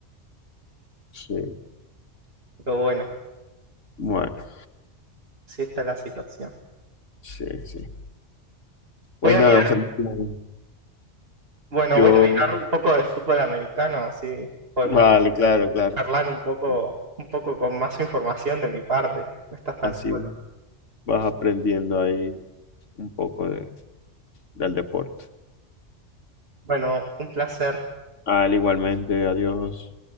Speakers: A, on the left; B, on the right.
A: Sí,
B: Pero bueno,
A: bueno,
B: sí está la situación.
A: sí, sí.
B: Voy
A: Pues
B: a
A: nada,
B: mirar,
A: Santiago,
B: bueno,
A: yo,
B: voy a mirar un poco de fútbol americano, así podemos
A: vale, claro, claro,
B: charlar un poco, un poco con más información de mi parte. No estás tan
A: así
B: solo.
A: vas aprendiendo ahí un poco de- del deporte.
B: Bueno, un placer.
A: Al igualmente, adiós.